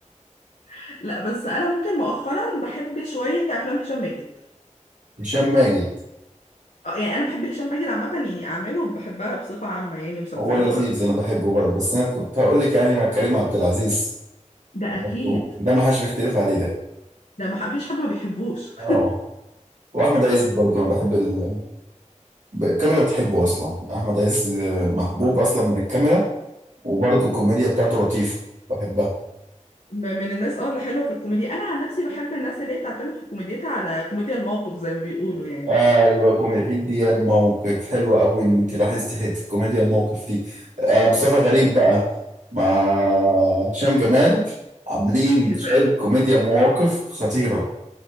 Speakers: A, on the left; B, on the right.
A: <laughs> لا بس أنا ممكن مؤخرا بحب شوية أفلام هشام ماجد
B: هشام ماجد
A: آه، يعني أنا بحب هشام ماجد عامة يعني أعماله بحبها بصفة عامة يعني مسلسلات
B: هو لذيذ
A: وأفلام
B: انا بحبه برضه بس انا كنت هقول لك يعني مع كريم عبد العزيز
A: ده
B: برضه
A: أكيد
B: ده ما حدش بيختلف عليه ده
A: ده ما فيش حد ما بيحبوش <laughs>
B: اه واحمد عز برضه انا بحب ال... ب- الكاميرا بتحبه اصلا احمد عز آه، محبوب اصلا من الكاميرا وبرضه الكوميديا بتاعته لطيفه بحبها
A: م- من الناس اه اللي حلوة في الكوميديا أنا عن نفسي بحب الناس اللي هي بتعتمد في كوميديتها على كوميديا الموقف زي ما بيقولوا يعني
B: ايوه كوميديا دي الموقف حلوه قوي ان انت لاحظتي حته كوميديا الموقف دي آه مصطفى غريب بقى مع هشام جمال عاملين
A: إما
B: شويه كوميديا مواقف خطيره